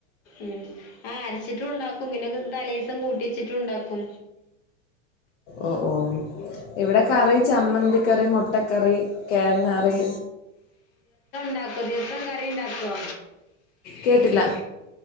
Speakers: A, on the left; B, on the left.
A: ഉം. ആ അരച്ചിട്ട് ഉണ്ടാക്കും പിന്നൊക്കെ തലേസം കൂട്ടീച്ചിട്ടുണ്ടാക്കു.
B: ഒ ഓഹ് ഇവിടെ കറി ചമ്മന്തി ക്കറി മുട്ടക്കറി കെഴങ്ങറി
A: ട്ടാക്കോ ദിവസം കാറിണ്ടാക്കോ?
B: കേട്ടില്ല